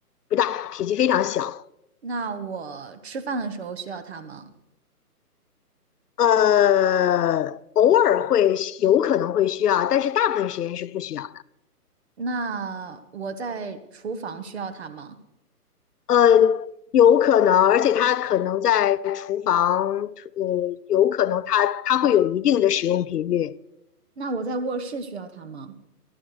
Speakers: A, on the left; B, on the right.
A: 不大，体积非常小。
B: 那我吃饭的时候需要它吗？
A: 呃，偶尔会有可能会需要，但是大部分时间是不需要。
B: 那我在厨房需要它吗？
A: 呃，有可能，而且它可能在厨房，呃，有可能它它会有一定的使用频率，
B: 那我在卧室需要它吗？